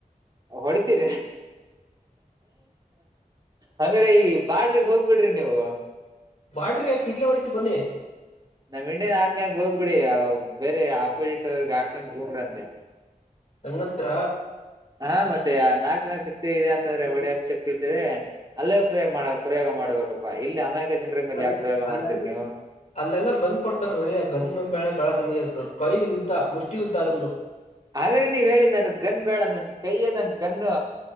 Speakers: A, on the right; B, on the left.
A: ಹೊಡಿತೀರಿ ಹಂಗ್ರೆ ಈ ಬಾಡ್ರಿಗ್ ಹೋಗ್ಬಿಡ್ರಿ ನೀವು
B: ಬಾಡ್ರಿಗೆಗ ಕಿರ್ಲೆ ಮಾಡ್ತೀವಿ ಬನ್ನಿ
A: ನಮ್ ಇಂಡಿಯನ್ ಆರ್ಮಿ ಆಗ ಹೋಗ್ಬಿಡಿ ಬೇರೆ ಆಪೋಸಿಟ್ ಅವರ್ಗ್ ಹಾಕೊಂಡ್ ಹೂಮ್ರಂತೆ
B: ಅನ್ನತ್ರ
A: ಹಾ ಮತ್ತೆ ನಾಕ್ ಜನಾ ಶಕ್ತಿ ಇದೆ ಅಂತಂದ್ರೆ ಒಡಿ ಅಷ್ಟ್ ಶಕ್ತಿ ಇದ್ರೆ ಅಲ್ಲೇ ಪ್ರಯೋಗ ಮಾಡ ಪ್ರಯೋಗ ಮಾಡ್ಬೇಕಪ್ಪಾ ಇಲ್ಲಿ ಅಮಯೇಕ ಜರ ಮೇಲೆ
B: ಅಲ್ಲಿ
A: ಯಾಕೆ ಪ್ರಯೋಗ
B: ಅಲ್ಲ
A: ಮಾಡ್ತೀರಿ ನೀವು
B: ಅಲ್ಲೆಲ್ಲಾ ಗನ್ ಕೊಡ್ತಾರೀ ಗನ್ ಬಳೆ ಬಳ ನಮಗೆ ಕೈ ಯುದ್ದ್ಧ ಮುಷ್ಟಿ ಯುದ್ದ ನಮ್ದು
A: ಹಾಗ್ರೆ ನೀ ಹೇಳಿ ನನ್ ಗನ್ ಬೇಡ ನನ್ ಕೈಯೇ ನನ್ ಗನ್